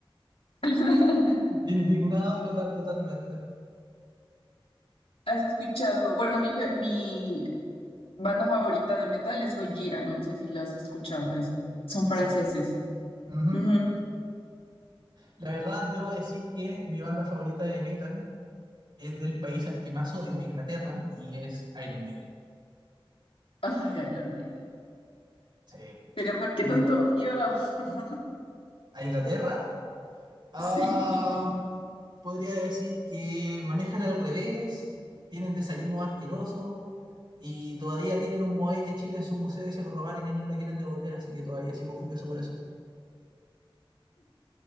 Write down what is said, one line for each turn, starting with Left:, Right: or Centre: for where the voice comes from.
Left: <laughs>
Right: Indignado tota- totalmente.
Left: has escuchado? Bueno, mi, fa- mi banda favorita de metal es Gojira, no sé si la has escuchado, es, son franceses.
Right: Sí. Ujú.
Left: Ujú.
Right: La verdad, debo decir que mi banda favorita de metal es del país al que más odio, Inglaterra, y es Iron Maiden.
Left: Ay, Iron Maiden.
Right: Sí.
Left: Pero ¿por qué
Right: Mi-
Left: tanto odio? <laughs>
Right: ¿A Inglaterra? Ah,
Left: Sí.
Right: podría decir que manejan al revés, tienen desayunos asquerosos y todavía tienen un Moai de Chile en su museo y se lo robaron y no lo quieren devolver, así que todavía sigo furioso por eso.